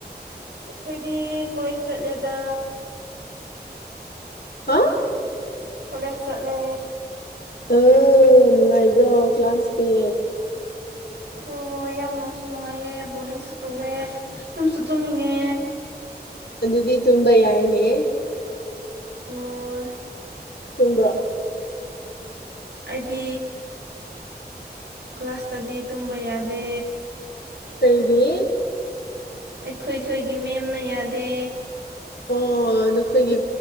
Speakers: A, on the right; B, on the left.
A: ꯑꯩꯈꯣꯏꯗꯤ ꯀꯣꯂꯦꯖ ꯆꯠꯂꯗ
B: ꯍꯥ
A: ꯀꯂꯦ ꯁꯠꯂꯦ
B: ꯑ ꯅꯨꯡꯉꯥꯏꯕ꯭ꯔꯣ ꯀ꯭ꯂꯥꯁꯇ
A: ꯑꯣ ꯌꯥꯝ ꯅꯨꯡꯁꯨ ꯅꯨꯡꯉꯥꯏꯌꯦ ꯕꯣꯔꯗꯤꯡꯁꯨ ꯇꯨꯑꯦ ꯇꯨꯝꯁꯨ ꯇꯨꯝꯅꯤꯡꯉꯦ
B: ꯤꯗꯤ ꯇꯨꯕꯥ ꯌꯥꯏꯅꯦ
A: ꯑꯣ
B: ꯇꯨꯝ꯭ꯔꯥ
A: ꯑꯩꯗꯤ ꯀ꯭ꯂꯥꯁꯇꯗꯤ ꯇꯨꯝꯕ ꯌꯥꯗꯦ
B: ꯀꯩꯒꯤ
A: ꯑꯩꯈꯣꯏꯈꯣꯏꯒꯤ ꯃꯦꯝꯅ ꯌꯥꯗꯦ
B: ꯑꯣ ꯅꯈꯣꯏꯒꯤ